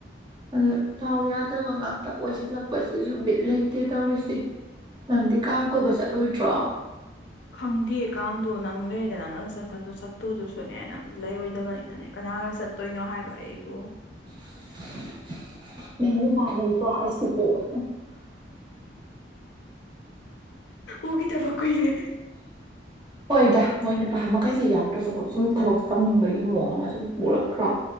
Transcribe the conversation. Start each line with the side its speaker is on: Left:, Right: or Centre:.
Right: ꯑꯗꯣ ꯗꯥꯎ ꯌꯥꯗꯕ ꯉꯥꯛꯇ ꯍꯇ ꯑꯣꯏꯁꯤꯜꯂꯛꯄꯁꯤꯁꯨ ꯕꯤꯠ ꯂꯩꯇꯦ ꯇꯧꯔꯤꯁꯤ ꯅꯪꯗꯤ ꯀꯥꯡ ꯀꯣꯏꯕ ꯆꯠꯂꯣꯏ <unintelligible>
Left: ꯈꯪꯗꯦ ꯀꯥꯡꯗꯣ ꯅꯪ ꯂꯩꯔꯦꯗ ꯅꯪꯒ ꯆꯠꯇꯣꯗꯨꯁꯨꯅꯦ ꯅꯪ ꯂꯩꯔꯣꯏꯗꯕꯅꯤꯅꯅꯦ ꯀꯅꯥꯒ ꯆꯠꯇꯣꯏꯅꯣ ꯍꯥꯏꯕ ꯑꯩꯕꯨ
Right: <unintelligible> ꯑꯩꯁꯨ ꯀꯣ <unintelligible> <unintelligible>
Left: ꯎꯈꯤꯗꯕ ꯀꯨꯏꯔꯦ
Right: ꯍꯣꯏꯗ ꯃꯣꯏ ꯃꯈꯩꯁꯦ ꯌꯥꯎꯗ꯭ꯔꯁꯨꯈꯠ ꯁꯨꯝ ꯊꯕꯛ ꯇꯧꯅꯤꯡꯕꯒꯤ ꯃꯑꯣꯡ ꯑꯃ ꯁꯨꯝ ꯄꯣꯛꯂꯛꯇ꯭ꯔꯣ